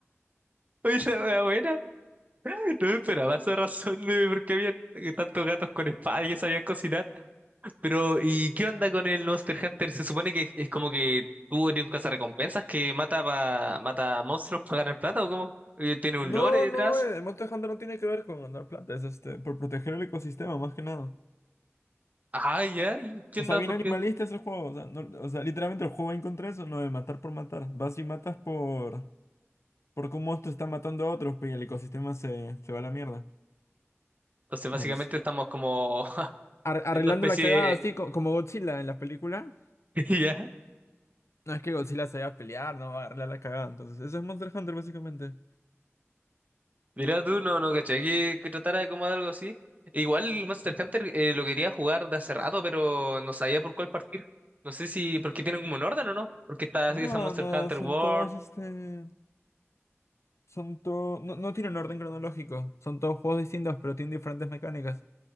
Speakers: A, on the right; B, on the left.
A: <laughs> Oye, la wea buena. No me esperaba esa razón de por qué había tantos gatos con espada y que sabían cocinar. Pero, ¿y qué onda con el Monster Hunter? Se supone que es como que tú eres un cazarrecompensas que mata pa- mata monstruos para ganar plata o cómo? Eh, ¿Tiene un
B: No,
A: lore detrás?
B: no, eh, Monster Hunter no tiene que ver con ganar plata, es este, por proteger el ecosistema, más que nada.
A: ah ya, y entiendo
B: O sea, bien
A: por
B: animalista
A: qué.
B: es el juego. O sea, no- o sea, literalmente el juego va en contra de eso, no de matar por matar. Vas y matas por. Porque un monstruo está matando a otros, pues, y el ecosistema se, se va a la mierda.
A: Entonces, básicamente
B: Entonces,
A: estamos como <laughs>
B: Ar- arreglando
A: viendo especie.
B: la cagada, así co- como Godzilla en la película.
A: <laughs> Ya.
B: No es que Godzilla se vaya a pelear, no va a arreglar la cagada. Entonces, eso es Monster Hunter, básicamente.
A: Mira tú, no, no, caché que, que tratara como de algo así. Igual el Monster Hunter eh, lo quería jugar de hace rato, pero no sabía por cuál partir. No sé si. Porque tienen como un orden o no. Porque está
B: no,
A: así esa Monster
B: no,
A: Hunter
B: son
A: World.
B: todos este. Son todos. No, no tienen orden cronológico. Son todos juegos distintos, pero tienen diferentes mecánicas.